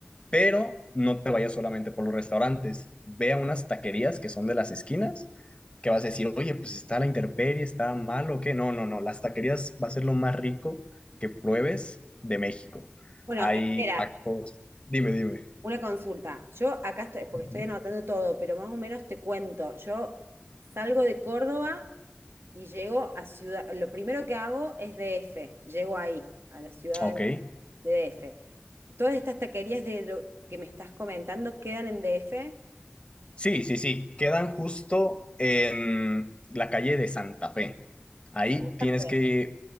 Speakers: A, on the left (about 25°); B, on the right (about 75°).
A: pero no te vayas solamente por los restaurantes. Ve a unas taquerías que son de las esquinas, que vas a decir, oye, pues está la intemperie, está mal o qué. No, no, no, las taquerías va a ser lo más rico que pruebes de México.
B: Bueno,
A: Hay
B: espera,
A: tacos. Dime, dime.
B: una consulta. Yo acá estoy, porque
A: Ujú.
B: estoy anotando todo, pero más o menos te cuento. Yo salgo de Córdoba y llego a Ciudad, lo primero que hago es DF, llego ahí, a la ciudad.
A: Ok.
B: de DF. Todas estas taquerías de lo que me estás comentando quedan en DF.
A: Sí, sí, sí. Quedan justo en la calle de Santa Fe. Ahí
B: Santa
A: tienes
B: Fe.
A: que,